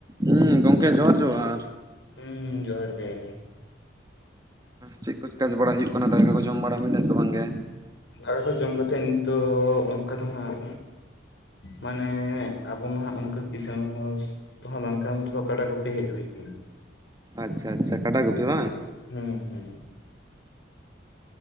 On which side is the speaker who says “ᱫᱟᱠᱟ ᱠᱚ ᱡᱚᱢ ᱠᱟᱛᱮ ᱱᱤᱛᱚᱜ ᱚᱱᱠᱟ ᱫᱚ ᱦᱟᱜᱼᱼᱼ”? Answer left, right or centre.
Left